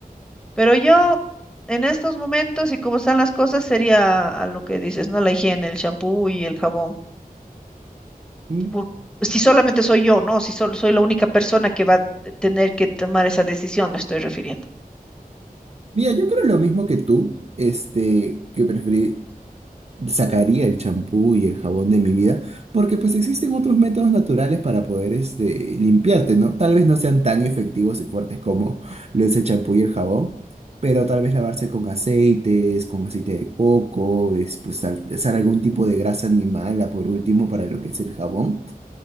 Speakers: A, in the centre; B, on the right (about 45°).
A: Pero yo, en estos momentos y como están las cosas, sería a lo que dices, ¿no? La higiene, el champú y el jabón.
B: Mm,
A: Pu- Si solamente soy yo, ¿no? Si solo soy la única persona que va a t- tener que tomar esa decisión, me estoy refiriendo.
B: Mira, yo creo lo mismo que tú, este, que sacaría el champú y el jabón de mi vida, porque pues existen otros métodos naturales para poder este, limpiarte, ¿no? Tal vez no sean tan efectivos y fuertes como lo es el champú y el jabón, pero tal vez lavarse con aceites, con aceite de coco, es, pues, al- usar algún tipo de grasa animal, por último, para lo que es el jabón.